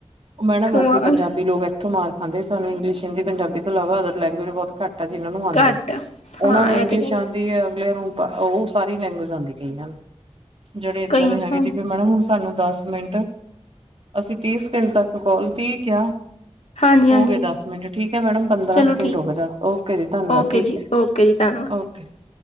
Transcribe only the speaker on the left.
ਕਮਾਲ
ਘੱਟ
ਹਾਂ
ਇਹ ਤੇ ਗੱਲ
ਕਈ
ਸਾਰੇ
ਹਾਂਜੀ
ਹਾਂਜੀ
ਚਲੋ
ਠੀਕ
ਓਕੇ
ਜੀ
ਓਕੇ ਜੀ ਧੰਨਵਾਦ